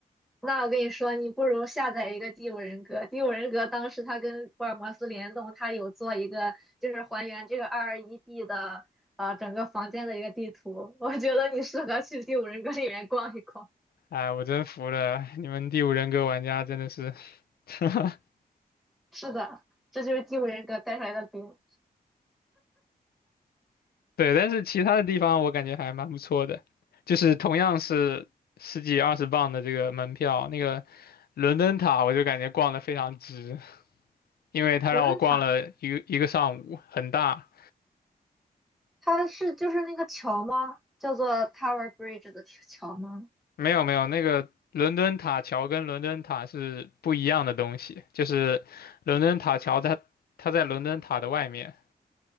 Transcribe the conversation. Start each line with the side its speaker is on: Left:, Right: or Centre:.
Centre: 那我跟你说，你不如下载一个《第五人格》。《第五人格》当时它跟福尔摩斯联动，它有做一个就是还原这个二二一 d 的呃整个房间的一个地图。我觉得你适合去《第五人格》里面逛一逛。
Left: 哎，我真服了，<laughs> 你们第五人格玩家真的是，<laughs>
Centre: 是的，这就是《第五人格》带出来的饼。
Left: 对，但是其他的地方我感觉还蛮不错的，就是同样是十几二十磅的这个门票，那个伦敦塔我就感觉逛的非常值，因为他让我逛了一个一个上午，
Centre: 伦敦塔，
Left: 很大。
Centre: 它是就是那个桥吗？叫做 Tower Bridge 的桥吗？
Left: 没有没有，那个伦敦塔桥跟伦敦塔是不一样的东西，就是伦敦塔桥它它在伦敦塔的外面，